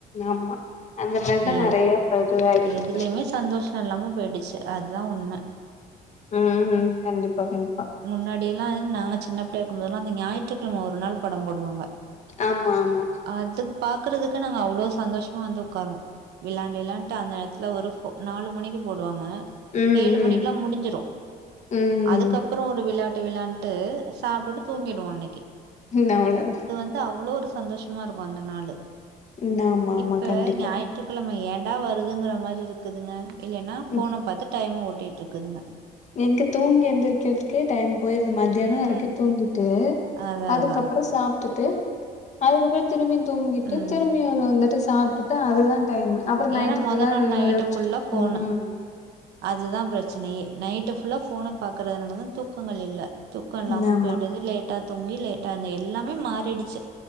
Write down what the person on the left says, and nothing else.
ஆமா அந்த மாரிதா
நெறைய இப்ப இதுவாயிட்டு
இருக்கு
ம் ம் கண்டிப்பா கண்டிப்பா
ஆமா ஆமா
ம்
ம்
ம்
ஹும் அவ்ளோதா
ம் ஆமா
ஆமா கண்டிப்பா
ம்
எங்க தூங்கி எந்திரக்கிறதுக்கே டைம் போயிருது மதியான
வரைக்கு தூங்கிட்டு
அதுக்கப்புற
சாப்டுட்டு அதுக்கப்புற திரும்பி தூங்கிட்டு
திரும்பி வ வந்துட்டு சாப்டுட்டு அதுதா டைமு அப்புற
நைட்டு
ஃபுல்லா
யோ யோசிட்டு
ம்
ம் ஆமா